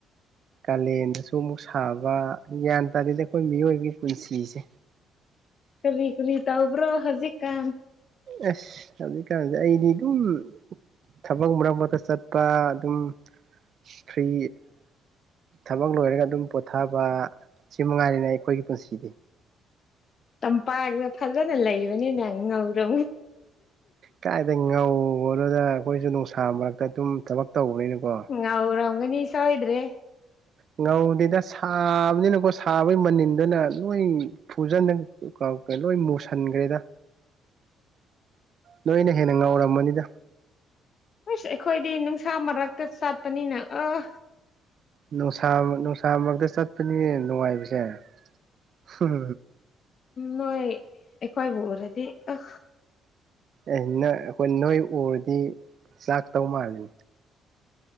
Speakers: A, on the right; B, on the left.
A: ꯀꯥꯂꯦꯟꯗꯁꯨ ꯑꯃꯨꯛ ꯁꯥꯕ ꯒ꯭ꯌꯥꯟ ꯇꯥꯗꯦꯗ ꯑꯩꯈꯣꯏ ꯃꯤꯑꯣꯏꯕꯒꯤ ꯄꯨꯟꯁꯤꯁꯦ
B: ꯀꯔꯤ ꯀꯔꯤ ꯇꯧꯕ꯭ꯔꯣ ꯍꯧꯖꯤꯛꯒꯥꯟ
A: ꯑꯩꯁ ꯍꯧꯖꯤꯛꯀꯥꯟꯁꯦ ꯑꯩꯗꯤ ꯑꯗꯨꯝ ꯊꯕꯛ ꯃꯔꯛ ꯃꯔꯛꯇ ꯆꯠꯄ ꯑꯗꯨꯝ ꯐ꯭ꯔꯤ ꯊꯕꯛ ꯂꯣꯏꯔꯒ ꯑꯗꯨꯝ ꯄꯣꯊꯥꯕ ꯁꯤ ꯃꯉꯥꯏꯔꯦꯅꯦ ꯑꯩꯈꯣꯏꯒꯤ ꯄꯨꯟꯁꯤꯗꯤ
B: ꯇꯝꯄꯥꯛꯗ ꯐꯖꯅ ꯂꯩꯕꯅꯤꯅ ꯉꯧꯔꯥ
A: ꯀꯥꯏꯗꯩ ꯉꯧꯕꯅꯣꯗ ꯑꯩꯈꯣꯏꯁꯨ ꯅꯨꯡꯁꯥ ꯃꯔꯛꯇ ꯑꯗꯨꯝ ꯊꯕꯛ ꯇꯧꯕꯅꯤꯅꯀꯣ
B: ꯉꯧꯔꯝꯒꯅꯤ ꯁꯣꯢꯗꯔꯦ
A: ꯉꯧꯗꯦꯗ ꯁꯥꯕꯅꯤꯅꯀꯣ ꯁꯥꯕꯩ ꯃꯅꯤꯟꯗꯨꯅ ꯅꯣꯏ ꯐꯨꯖꯟꯅ ꯂꯣꯏ ꯃꯨꯁꯤꯟꯈ꯭ꯔꯦꯗ
B: <unintelligible>
A: ꯅꯣꯏꯅ ꯍꯦꯟꯅ ꯉꯥꯎꯔꯝꯃꯅꯤꯗ
B: ꯑꯁ ꯑꯩꯈꯣꯏꯗꯤ ꯅꯨꯡꯁꯥ ꯃꯔꯛꯇ ꯆꯠꯄꯅꯤꯅ ꯑꯥ
A: ꯅꯨꯡꯁꯥ ꯅꯨꯡꯁꯥ ꯃꯔꯛꯇ ꯆꯠꯄꯅꯤꯅꯦ ꯅꯨꯡꯉꯥꯏꯔꯤꯁꯦ ꯍꯨꯝ
B: ꯅꯣꯏ ꯑꯩꯈꯣꯏꯕꯨ ꯎꯔꯗꯤ ꯑ
A: ꯑꯦ ꯅ ꯑꯩꯈꯣꯏ ꯅꯣꯏ ꯎꯔꯗꯤ ꯆꯥꯛꯇꯧ ꯃꯥꯜꯂꯤ